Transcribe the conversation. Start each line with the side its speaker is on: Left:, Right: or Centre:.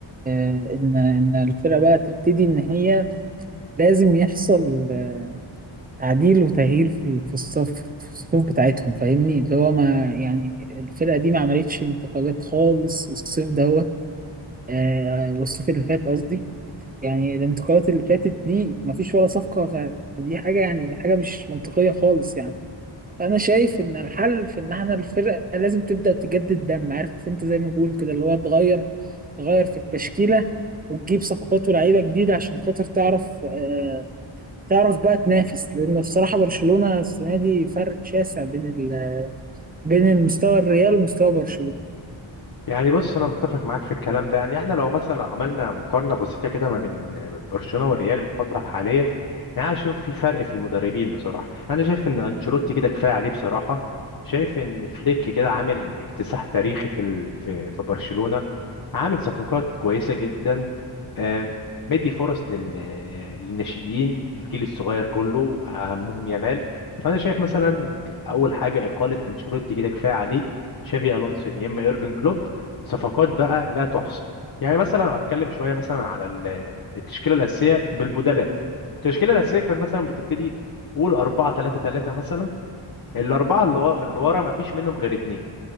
Right: آه، ان ان الفرقه بقى تبتدي ان هي لازم يحصل آه، تعديل وتغيير في في الصف في الصفوف بتاعتهم فاهمني اللي هو ما يعني الفرقه دي ما عملتش انتقالات خالص الصيف دوت آه، والصيف اللي فات قصدي يعني الانتقالات اللي فاتت دي ما فيش ولا صفقه فدي حاجه يعني حاجه مش منطقيه خالص يعني انا شايف ان الحل في ان احنا الفرقه لازم تبدا تجدد دم عارف انت زي ما بقول كده اللي هو تغير تغير في التشكيله وتجيب صفقات ولاعيبه جديده عشان خاطر تعرف آه تعرف بقى تنافس لان بصراحه برشلونه السنه دي فرق شاسع بين ال... بين المستوى الريال ومستوى برشلونه
Left: يعني بص انا متفق معاك في الكلام ده يعني احنا لو مثلا عملنا مقارنه بسيطه كده ما بين برشلونه والريال الفتره الحاليه يعني انا شايف في فرق في المدربين بصراحه انا شايف ان انشيلوتي كده كفايه عليه بصراحه شايف ان فليك كده عامل اكتساح تاريخي في ال... في في برشلونه عامل صفقات كويسه جدا آم، مدي فرص لل... للناشئين الجيل الصغير كله اهمهم يامال فانا شايف مثلا اول حاجه اقاله انشيلوتي كده كفايه عليه تشافي الونسو يا اما يورجن كلوب صفقات بقى لا تحصى يعني مثلا هتكلم شويه مثلا على ال- التشكيله الاساسيه بالبدلاء التشكيله الاساسيه كان مثلا بتبتدي قول 4 3 3 مثلا الاربعه اللي وا- اللي ورا ما فيش منهم غير اتنين